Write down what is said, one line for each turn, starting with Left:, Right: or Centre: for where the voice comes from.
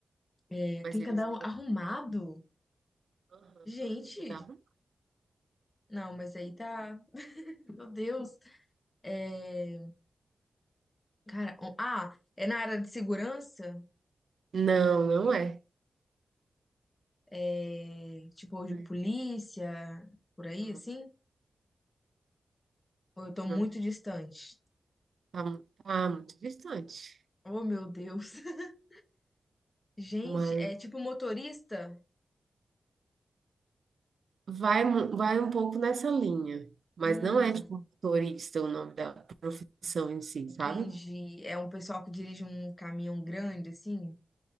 Left: É,
Right: mas
Left: tem
Right: eles
Left: que andar
Right: andam
Left: um- arrumado?
Right: arrumados. Aham,
Left: Gente,
Right: tem que andar arrumado.
Left: não, mas aí tá. Meu Deus. É, cara, um- ah, é na área de segurança?
Right: Não, não é.
Left: É, tipo, de
Right: Não, é,
Left: polícia, por aí,
Right: não,
Left: assim? Ou eu tô muito
Right: não,
Left: distante?
Right: tá, mu- tá muito distante.
Left: Oh, meu Deus. <laughs> Gente,
Right: Mas
Left: é tipo motorista?
Right: vai, mu- vai um pouco nessa linha. Mas
Left: Hum,
Right: não é, tipo, motorista o nome da profissão em si,
Left: entendi.
Right: sabe?
Left: É um pessoal que dirige um caminhão grande, assim,